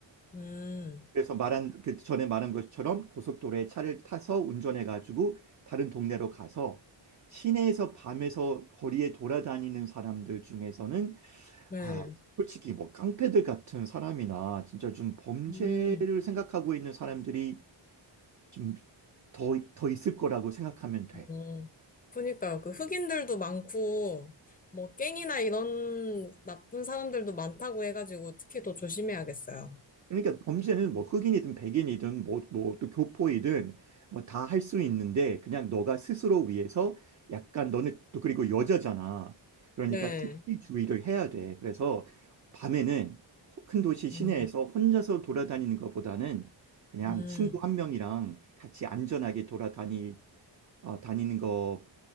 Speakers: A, on the left (about 20°); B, on the right (about 40°).
A: 음,
B: 그래서 말한 그 전에 말한 것처럼 고속도로에 차를 타서 운전해 가지고 다른 동네로 가서 시내에서 밤에서 거리에 돌아다니는 사람들 중에서는
A: 네.
B: 아 솔직히 뭐 깡패들 같은 사람이나 진짜 좀 범죄를
A: 음,
B: 생각하고 있는 사람들이 좀 더 더 있을 거라고 생각하면 돼.
A: 어. 그니까요. 그 흑인들도 많고, 뭐, 갱이나 이런 나쁜 사람들도 많다고 해가지고, 특히 더 조심해야겠어요.
B: 그러니까 범죄는 뭐 흑인이든 백인이든 뭐, 뭐 또 교포이든 뭐 다 할 수 있는데 그냥 너가 스스로 위해서 약간 너는 또 그리고 여자잖아. 그러니까
A: 네.
B: 특히 주의를 해야 돼. 그래서 밤에는 호- 큰 도시 시내에서
A: 음,
B: 혼자서 돌아다니는 것보다는 그냥
A: 음.
B: 친구 한 명이랑 같이 안전하게 돌아다니 어, 다니는 거